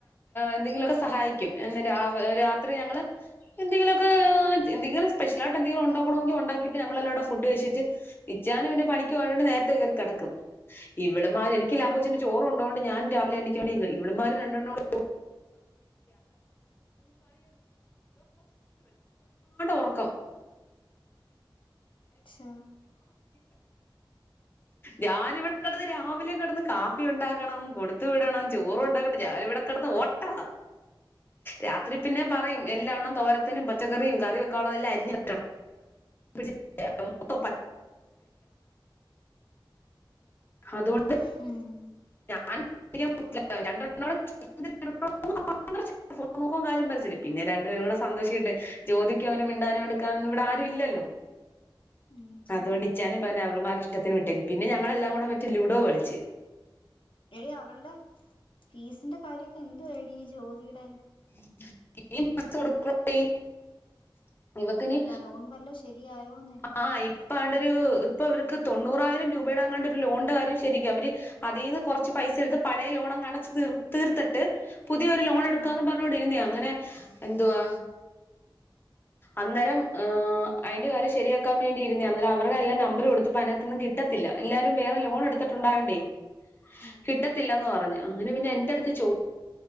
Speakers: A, on the left; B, on the left.
A: എന്തെങ്കിലുമൊക്കെ സഹായിക്കും രാത്രി ഞങ്ങള് എന്തെങ്കിലുമൊക്കെ എന്തെങ്കിലും സ്പെഷ്യൽ ആയിട്ട് എന്തെങ്കിലും ഉണ്ടാക്കണെങ്കി ഉണ്ടാക്കിട്ട് ഞങ്ങൾ എല്ലാംകൂടെ ഫുഡ് കഴിച്ചിട്ട്- ഇച്ചാനും പിന്നെ പണിക്ക്പോവണ്ടോണ്ട് നേരത്തെ കേറികിടക്കും ഇവള്മാര് എനിക്ക് ലാക്കോചന്
B: ഉം
A: ചോറു ഉണ്ടോണ്ട് ഞാൻ രാവിലെ എണീക്കു വാണേ ഇവലുമാര് രണ്ടെണ്ണുടി ഉറക്കം
B: ക്ഷാ <unintelligible>
A: ഞാൻ ഇവിടെ കിടന്ന് രാവിലെ കിടന്ന് കാപ്പി ഉണ്ടാക്കണം കൊടുത്തു വിടണം ചോറും ഉണ്ടാക്കണം ഞാനിവിടെ കിടന്ന് ഓട്ടവാ രാത്രി പിന്നെ പറയും എല്ലാണ്ണം തോരത്തിനും പച്ചക്കറിയും കറി വെക്കാവുള്ളതെല്ലാം അരിഞ്ഞു വയ്ക്കണം മൊത്ത അതണ്ട് <unintelligible>
B: ഹിംമ്
A: ഞാൻ രോൺ നോക്ക <unintelligible> ൻ കാര്യംേ പിന്നെ രണ്ടുപേരും കൂടെ സന്തോഷിക്കിട്ടെ ജോതിക്കും അങ്ങനെ മിണ്ടാനും എടുക്കാനും ഇവിടെ ആരും ഇല്ലല്ലോ <inaudible>
B: ഉം ശരിയാ
A: അതുകൊണ്ട് ഇച്ചാനും പറഞ്ഞ് അവളുമാരുടിഷ്ടം ഇഷ്ടത്തിന് വിട്ടേക്ക് പിന്നെ ഞങ്ങളെല്ലാം കൂടെ മറ്റേ ലുഡോ കളിച്ച്
B: എടി അവളുടെ- ഫീസിന്റെ കാര്യക്കെ എന്തോ ആയടി ജ്യോതീടെ
A: <unintelligible> ഇവക്കിനി
B: അല്ല ലോൺ വല്ലോം ശരിയായോന്ന്
A: ആ ഇപ്പ ആണ്ടൊരു ഇപ്പൊ അവര്ക്ക് തൊണ്ണൂറായിരം രൂപയുടെ അങ്ങാണ്ട് ഒരു ലോണിന്റെ കാര്യം ശരിക്കും അവര് അതിൽ നിന്ന് കുറച്ച് പൈസ എടുത്ത് പഴയ ലോൺ അങ്ങ് അടച്ച്തീ തീർത്തിട്ട് പു പുതിയൊരു ലോൺ എടുക്കാന്ന്
B: ഉം
A: പറഞ്ഞോണ്ടിരുന്നയാ അങ്ങനെ എന്തുവാ അന്നേരം അയിന്റെ കാര്യം ശരിയാക്കാൻ വേണ്ടിയിരുന്നെ അന്നേരം അവരുടെ എല്ലാം നമ്പറും കൊടുത്തപ്പ അതിനാത്ത്ന്നാ കിട്ടത്തില്ല എല്ലാരും വേറെ ലോൺ എടുത്തിട്ടുണ്ടായോണ്ടേ
B: ഉം
A: കിട്ടത്തില്ലന്ന് പറഞ്ഞ് അങ്ങനെ പിന്നെ എന്റെ അടുത്ത് ചോ